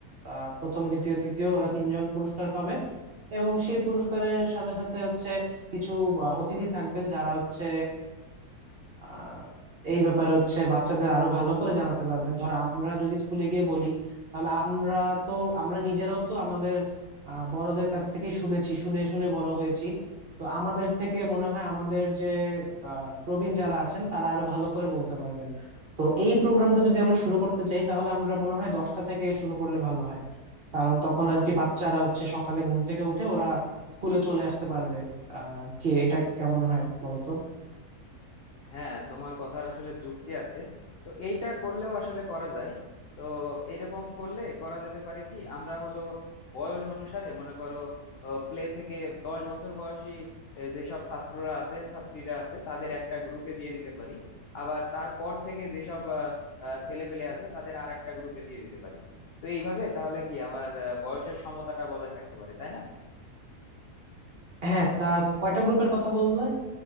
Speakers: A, on the right; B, on the left.
A: আহ, প্রথম দ্বিতীয় তৃতীয় ওরা তিনজন পুরস্কার পাবে এবং সেই পুরস্কারের সাথে সাথে হচ্ছে কিছু আহ, অতিথি থাকবেন যারা হচ্ছে আহ, এই ব্যাপারে হচ্ছে বাচ্চাদের আরো ভালো করে জানাতে পারবেন ধরো আমরা যদি স্কুলে গিয়ে বলি তাহলে আমরা তো আমরা নিজেরাও তো আমাদের আহ, বড়দের কাছ থেকে শুনেছি শুনে শুনে বড় হয়েছি তো আমাদের থেকে মনে হয় আমাদের যে আহ, প্রবীণ যারা আছেন তারা আরো ভালো করে বলতে পারবেন তো এই প্রোগ্রামটা যদি আমরা শুরু করতে চাই তাহলে আমরা মনে হয় দশটা থেকে শুরু করলে ভালো হয় কারণ তখন আর কি বাচ্চারা হচ্ছে সকালে ঘুম থেকে উঠে ওরা স্কুলে চলে আসতে পারবে আহ কি এটা কেমন হয় বলতো
B: হ্যাঁ তোমার কথার আসলে যুক্তি আছে তো এইটা করলেও আসলে করা যায় তো এইরকম করলে করা যেতে পারে কি আমরা হলো বয়স অনুসারে মনে করো প্লে থেকে দশ বছর বয়সী এ, যেসব ছাত্ররা আছে ছাত্রীরা আছে তাদের একটা গ্রুপে দিয়ে দিতে পারি আবার তারপর থেকে যেসব ছেলে পেলে আছে তাদের আর একটা গ্রুপে দিয়ে দিতে পারি তো এইভাবে তাহলে কি আমার আহ, বয়সের সমতাটা বজায় থাকতে পারে তাই না
A: হ্যাঁ তা কয়টা গ্রুপের কথা বললে